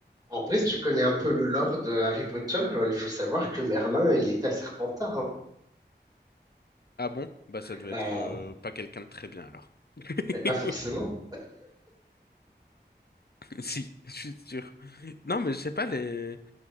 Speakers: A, on the right (about 20°); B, on the left (about 60°).
A: En vrai, si tu connais un peu le lore de Harry Potter, euh, il faut savoir que Merlin, il était à Serpentard. hein.
B: Ah bon? Bah ça
A: Ah
B: devait
A: Bah,
B: être euh, pas quelqu'un de très bien alors. <laughs>
A: mais pas forcément.
B: Si, je suis sûr. Non, mais je sais pas les.